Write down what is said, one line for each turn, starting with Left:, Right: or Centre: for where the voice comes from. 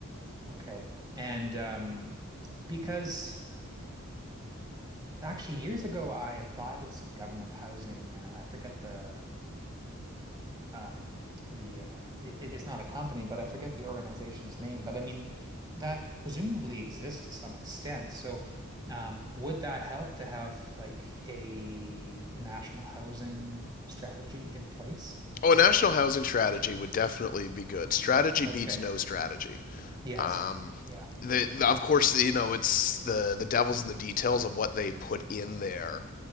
Right: Okay. And um, because actually years ago I applied to some government housing, uh, I forget the um the uh it, it- it's not a company but I forget the organization's name but I mean that presumably exists to some extent so um would that help to have like a national housing strategy in place
Left: Oh, a national housing strategy would definitely be good. Strategy
Right: okay
Left: beats no strategy.
Right: yes
Left: Um,
Right: yeah
Left: the, the- of course, you know, it's the the devil's in the details of what they put in there